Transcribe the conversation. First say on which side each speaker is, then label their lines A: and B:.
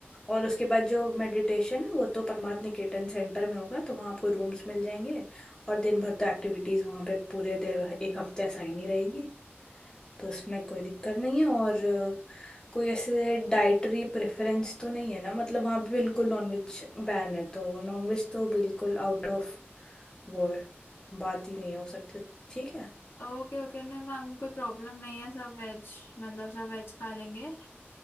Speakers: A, on the left; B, on the left.
A: और उसके बाद जो मेडिटेशन है वो तो परमार्थ निकेतन सेंटर में होगा तो वहाँ आपको रूम्स मिल जाएंगे और दिन भर तो एक्टिविटीज़ वहाँ पे पूरे देर एक हफ्ते असाइन ही रहेगी तो उसमें कोई दिक्कत नहीं है और अ, कोई ऐसे डाइटरी प्रेफरेंस तो नहीं है ना मतलब वहाँ पे बिल्कुल नॉनवेज बैन है तो नॉनवेज तो बिल्कुल आउट ऑफ वो है, बात ही नहीं हो सकती ठीक है
B: ओके ओके नहीं मैम कोई प्रॉब्लम नहीं है सब वेज मतलब सब वेज खा लेंगे अ,